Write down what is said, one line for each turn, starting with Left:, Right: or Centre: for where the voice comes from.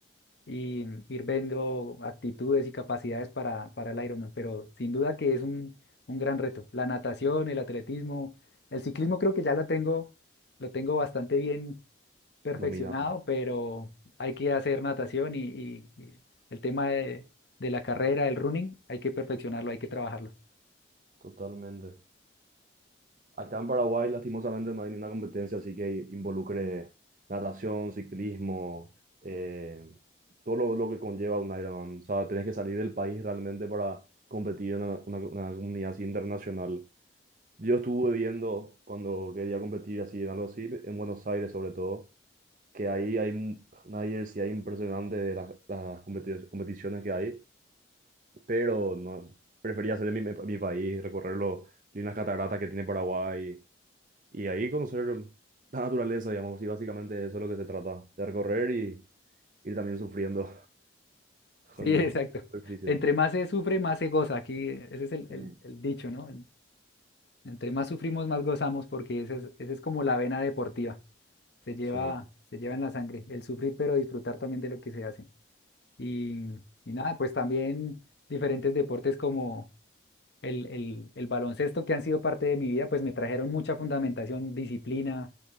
Left: y ir viendo actitudes y capacidades para, para el Ironman, pero sin duda que es un, un gran reto. La natación, el atletismo, el ciclismo creo que ya lo tengo, lo tengo bastante bien perfeccionado,
Right: Dominado.
Left: pero hay que hacer natación y, y- y el tema de, de la carrera, el running, hay que perfeccionarlo, hay que trabajarlo.
Right: Totalmente. Acá en Paraguay, lastimosamente, no hay ninguna competencia así que involucre natación, ciclismo, eh, todo lo, lo que conlleva un Ironman. O sea, tenés que salir del país realmente para competir en una, una- una comunidad así internacional. Yo estuve viendo cuando quería competir así en algo así, en Buenos Aires sobre todo, que ahí hay un- una diversidad impresionante de las, las competi- competiciones que hay, pero no, prefería hacer en mi, mi país, recorrer los, las cataratas que tiene Paraguay y ahí conocer la naturaleza, digamos, y básicamente eso es lo que se trata, de recorrer y ir también sufriendo <laughs> con
Left: Sí, <laughs> exacto.
Right: ejercicio.
Left: Entre más se sufre, más se goza. Aquí ese es el, el-
Right: Mm.
Left: el dicho, ¿no? Entre más sufrimos, más gozamos porque esa es, esa es como la vena deportiva. se lleva,
Right: Sí.
Left: se lleva en la sangre, el sufrir pero disfrutar también de lo que se hace. Y, y nada, pues también diferentes deportes como el, el- el baloncesto que han sido parte de mi vida, pues me trajeron mucha fundamentación, disciplina,